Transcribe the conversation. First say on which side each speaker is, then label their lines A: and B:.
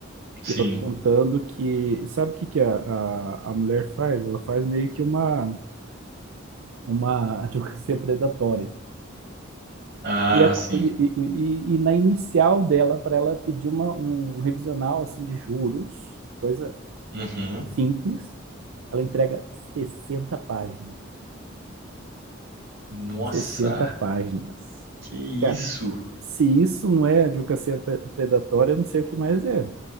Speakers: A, on the right (about 55°); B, on the right (about 85°).
A: Sim.
B: E ela contando que. Sabe o que, que a, a, a mulher faz? Ela faz meio que uma, uma <laughs> advocacia predatória.
A: Ah,
B: E, a co-
A: sim.
B: e, e, e- e na inicial dela, para ela pedir uma, um revisional assim, de juros, coisa
A: Uhum.
B: simples, ela entrega 60 páginas.
A: Nossa,
B: 60 páginas.
A: que isso?
B: Cara, se isso não é advocacia pre- predatória, eu não sei o que mais é.